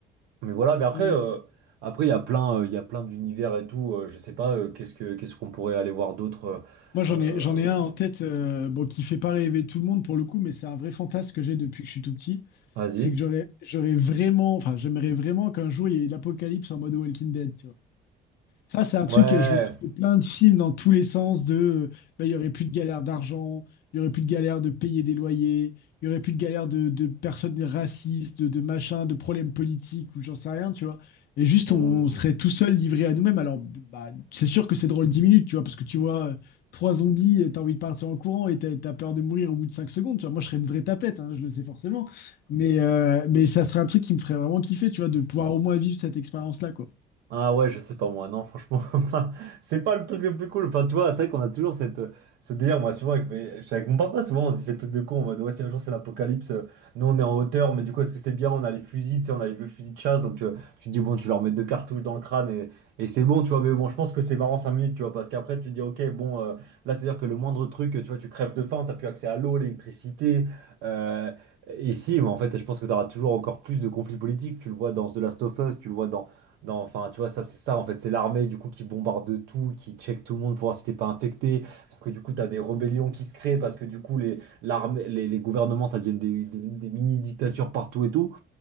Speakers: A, on the right (about 80°); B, on the left (about 70°).
A: mais voilà, mais après,
B: Hmm.
A: euh, après il y a plein, euh, il y a plein d'univers et tout. euh, je sais pas, euh, qu'est-ce que, qu'est-ce qu'on pourrait aller voir d'autre.
B: Moi, j'en
A: euh, euh,
B: ai, j'en ai un en tête, euh, bon, qui fait pas rêver tout le monde pour le coup, mais c'est un vrai fantasme que j'ai depuis que je suis tout petit.
A: Vas-y.
B: C'est que j'aurais, j'aurais vraiment, enfin, j'aimerais vraiment qu'un jour il y ait l'apocalypse en mode Walking Dead, Ça, c'est un
A: Ouais.
B: truc que je me suis fait plein de films dans tous les sens de euh, bah, il y aurait plus de galère d'argent, il y aurait plus de galère de payer des loyers, il y aurait plus de galère de, de personnes racistes, de, de machins, de problèmes politiques ou j'en sais rien, tu vois. Et juste,
A: on-
B: on, on serait tout seul livré à nous-mêmes. Alors, bah, c'est sûr que c'est drôle 10 minutes, tu vois, parce que tu vois euh, trois zombies et t'as envie de partir en courant et t'as, t'as peur de mourir au bout de 5 secondes, tu vois. Moi, je serais une vraie tapette, hein, je le sais forcément. Mais, euh, mais ça serait un truc qui me ferait vraiment kiffer, tu vois, de pouvoir au moins vivre cette expérience-là, quoi.
A: Ah ouais, je sais pas moi, non, franchement, <laughs> enfin, c'est pas le truc le plus cool. Enfin, tu vois, c'est vrai qu'on a toujours cette, euh, ce délire, moi, souvent, avec, mes- je suis avec mon papa, souvent, on se dit ces trucs de con, en mode, ouais, si un jour c'est l'apocalypse, euh, nous on est en hauteur, mais du coup, est-ce que c'est bien? On a les fusils, tu sais, on a les vieux fusils de chasse, donc euh, tu te dis, bon, tu leur mets deux cartouches dans le crâne et, et c'est bon, tu vois, mais bon, je pense que c'est marrant 5 minutes, tu vois, parce qu'après, tu te dis, ok, bon, euh, là, c'est-à-dire que le moindre truc, euh, tu vois, tu crèves de faim, t'as plus accès à l'eau, l'électricité, euh, et si, mais en fait, je pense que t'auras toujours encore plus de conflits politiques, tu le vois dans The Last of Us, tu le vois dans. Non, enfin, tu vois, ça, c'est ça, en fait. C'est l'armée, du coup, qui bombarde de tout, qui check tout le monde pour voir si t'es pas infecté. Sauf que, du coup, t'as des rébellions qui se créent parce que, du coup, les, l'armée, les, les gouvernements, ça devient des, des- des mini-dictatures partout et tout.